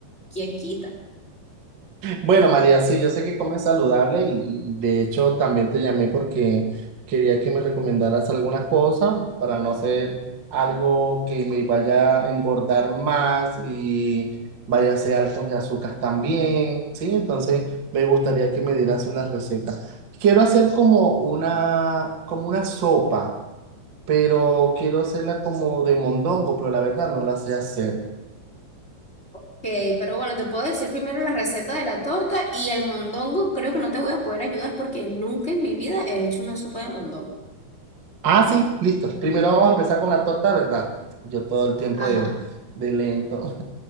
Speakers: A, on the left (about 15°); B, on the right (about 45°).
A: quién quita.
B: Bueno, María, sí, yo sé que comes saludable y, y de hecho también te llamé porque quería que me recomendaras algunas cosas para no ser algo que me vaya a engordar más y vaya a ser alto de azúcar también, ¿sí? Entonces me gustaría que me dieras unas recetas. Quiero hacer como una, como una sopa, pero quiero hacerla como de mondongo, pero la verdad no la sé hacer.
A: Ok, pero bueno, te puedo decir primero la receta de la torta y el mondongo creo que no te voy a poder ayudar porque nunca en mi vida he hecho una sopa de mondongo.
B: Ah, sí, listo. Primero vamos a empezar con la torta, ¿verdad? Yo todo el tiempo
A: Ajá.
B: de, de lento.